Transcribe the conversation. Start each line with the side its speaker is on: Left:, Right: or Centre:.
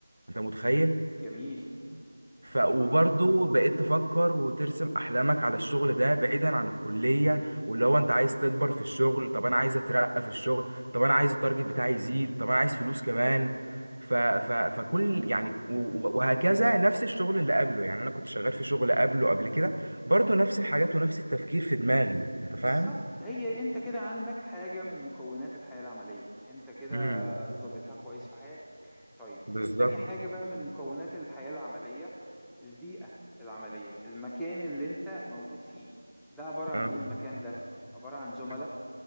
Right: انت متخيل
Centre: جميل
Right: ف وبرضه
Centre: طيب
Right: بقيت تفكر وترسم احلامك على الشغل ده بعيدا عن الكليه واللي هو انت عايز تكبر في الشغل طب انا عايز اترقى في الشغل طب انا عايز التارجت بتاعي يزيد طب انا عايز فلوس كمان ف ف فكل يعني و- و- وهكذا نفس الشغل اللي قبله يعني انا كنت شغال في شغل قبله قبل كده برضه نفس الحاجات ونفس التفكير في دماغي انت فاهم
Centre: بالضبط، هي أنت كده عندك حاجة من مكونات الحياة العملية، أنت كده
Right: امم
Centre: ضابطها كويس في حياتك. طيب،
Right: بالظبط
Centre: تاني حاجة بقى من مكونات الحياة العملية، البيئة العملية، المكان اللي أنت موجود فيه، ده عبارة
Right: آه.
Centre: عن إيه المكان ده؟ عبارة عن زملا،
Right: مم.